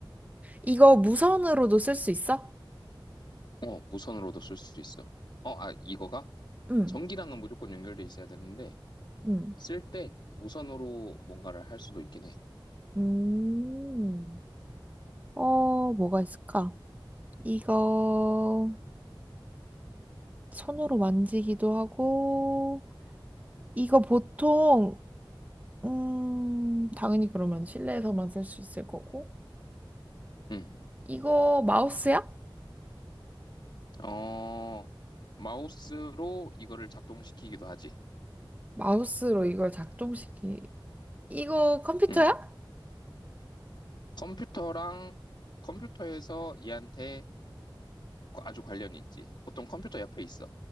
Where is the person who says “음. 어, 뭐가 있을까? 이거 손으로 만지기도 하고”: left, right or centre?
Right